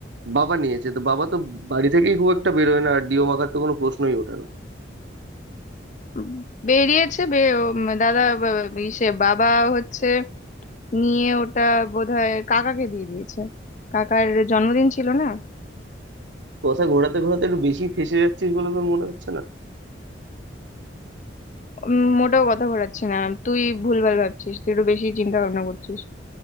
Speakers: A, on the right; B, on the left.
A: বাবা নিয়েছে তো বাবা তো বাড়ি থেকেই খুব একটা বেরোয় না আর ডিও মাখার তো কোনো প্রশ্নই ওঠে না
B: উম, বেরিয়েছে বে- উম, দাদা বা- ইসে বাবা হচ্ছে নিয়ে ওটা বোধহয় কাকাকে দিয়ে দিয়েছে কাকার জন্মদিন ছিল না
A: কথা ঘোরাতে ঘোরাতে একটু বেশি ফেঁসে যাচ্ছিস বলে তোর মনে হচ্ছে না
B: উম, মোটেও কথা ঘোরাচ্ছি না তুই ভুলভাল ভাবছিস তুই একটু বেশি চিন্তা ভাবনা করছিস